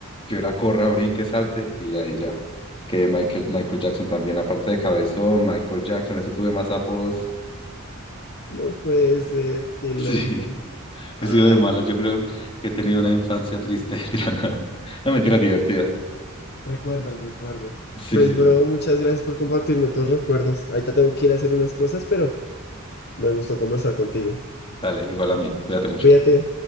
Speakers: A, on the left; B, on the left.
A: yo era corra, brinque, salte y ahí ya que Michael, Michael Jackson también, aparte de cabezón, Michael Jackson, eso tuve más apodos. <laughs>
B: no puede ser, qué loco.
A: Sí,
B: Ay.
A: he sido de malas, yo creo que he tenido una infancia triste, <laughs> mentira, no, no mentira, divertida.
B: Recuerdos, recuerdos.
A: Sí,
B: Pues,
A: sí, sí,
B: bro, muchas gracias por compartirme tus recuerdos. Ahorita tengo que ir a hacer unas cosas, pero me gustó conversar contigo.
A: dale, igual a mí, cuídate mucho.
B: Cuídate.